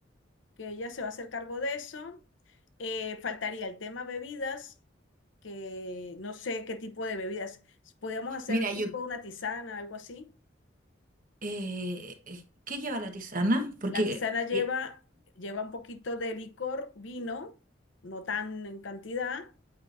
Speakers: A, on the left (about 75°); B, on the right (about 45°).
A: que ella se va a hacer cargo de eso. Eh, faltaría el tema bebidas, que no sé qué tipo de bebidas. Podríamos hacer
B: mira, yo,
A: tipo una tisana, algo así.
B: eh, eh, ¿qué lleva la tisana? Porque...
A: La tisana lleva,
B: eh,
A: lleva un poquito de licor, vino, no tan en cantidad,